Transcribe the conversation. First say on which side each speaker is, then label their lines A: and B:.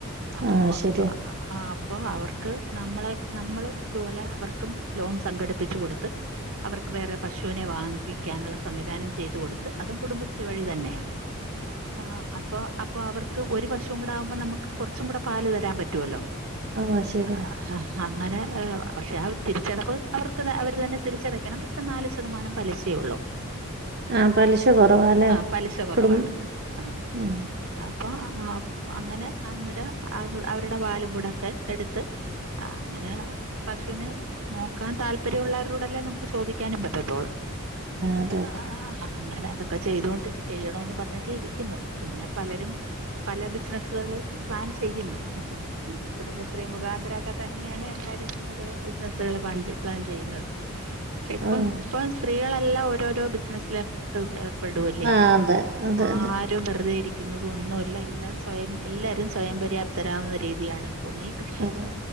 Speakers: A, on the right; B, on the right.
A: അപ്പോ
B: ആഹ് ശരിയാ
A: അ ആ അപ്പോ അവർ ക്ക് നമ്മളെ നമ്മള് ഇതുപോലെ അവർക്കും ലോൺ സംഘടിപ്പിച്ചു കൊടുത്ത് അവർ വേറെ പശുവിനെ വാങ്ങിപ്പി ക്കാനുള്ള സംവിധാനം ചെയ്തു കൊടുത്ത് അതും കുടുംബശ്രീ വഴി തന്നെയാണ്. ആ അപ്പൊ അപ്പൊ അവർക്ക് ഒരു പശുവും കൂടാകുമ്പോ നമുക്ക് കുറച്ചും കൂടെ പാലു തരാൻ പറ്റുവല്ലോ
B: ആഹ് ശരിയാ
A: <unintelligible> അങ്ങനെ പക്ഷെ ആ തിരിച്ചടവ് അവർക്ക് അവർ തന്നെ തിരിച്ചടക്കണം. പക്ഷെ നാല് ശതമാനം പലിശയുള്ളു
B: ആഹ്, പലിശ കൊറവാല്ലേ.
A: ആ പലിശ കുറവാണ്
B: കുടും
A: ആ
B: ഉം
A: അപ്പൊ ആ അങ്ങനെ അന്നരം അവരുടെ പാലും കൂടൊക്കെ എടുത്ത് ആ അങ്ങനെ പശുവിനെ നോക്കാൻ താല്പര്യമുള്ളവരോടല്ലേ നമുക്ക് ചോദിക്കാനും പറ്റത്തുള്ളൂ.
B: അതെ
A: അ അ ആഹ്, ആഹ് അങ്ങനെ അത് ഇപ്പൊ ചെയ്തൊണ്ട് ചെയ്യാണോന്ന് പറഞ്ഞൊക്കെ ഇരിക്കുന്നു പിന്നെ പലരും പല ബിസിനസുകള് പ്ലാൻ ചെയ്യുന്നു കുടുംബശ്രീ മുഖാന്തരമൊക്കെ തന്നെയാണ് എല്ലാരും ഒരു ബിസിനസുകൾ പ്ലാൻ ചെയ്യ് പ്ലാൻചെയ്യുന്നത് പക്ഷെ ഇപ്പം
B: ആഹ്
A: ഇപ്പം സ്ത്രീകളെല്ലാം ഓരോരോ ബിസിനസ്സിലോട്ടു വരാ പോവൂല്ലേ
B: ആഹ് അതെ അതെ
A: ആരും
B: അതെ
A: വെറുതെയിരിക്ക ഇരിക്കുന്നത് ഒന്നുമില്ല എല്ലാം സ്വയം എല്ലാവരും സ്വയം പര്യാപ്തരാവുന്ന രീതിയാണ് ഒന്നീ കൃഷി
B: അതെ